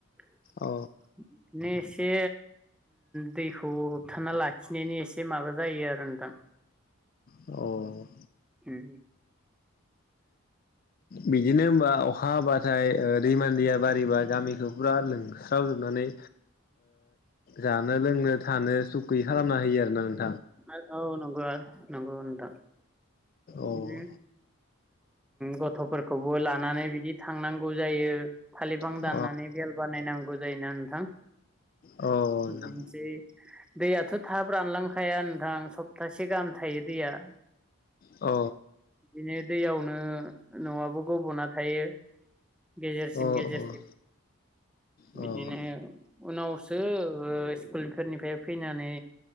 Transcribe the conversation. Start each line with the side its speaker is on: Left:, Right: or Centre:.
Centre: <unintelligible>
Left: अ
Centre: एसे दैखौ होबथाना लाखिनायनि ए से माबा जायो आरो नोंथां।
Left: औ
Centre: उम
Left: बिदिनो होमबा अखा हाबाथाय दैमानि दैया बारिबा गामिखौ फुरा लोंस्रावजोबनानै जानो - लोंनो थानो सुख गैयै खालामना होयो आरो ना नों
Centre: <unintelligible> औ नंगौ नांगौ नोंथां।
Left: अ
Centre: बिदिनो गथ'फोरखौबो लानानै बिदि थांनांगौ जायो थालिर बिफां
Left: अ
Centre: दाननानै बेेल बानायनांगौ जायोना नोंथां
Left: अ
Centre: बिदिनोसै
Left: नोंथां
Centre: दैयाथ' थाब रानलां खाया नोंथां सप्तासे गाहाम थायो दैया।
Left: औ
Centre: बिदिनो दैयावनो न'आबो गब'ना थायो। गेजेरसिम
Left: अ
Centre: गेजेरसिम
Left: अ अ
Centre: बिदिनो
Left: अ
Centre: उनावसो स्कुल फोरनिफ्राय फैनानै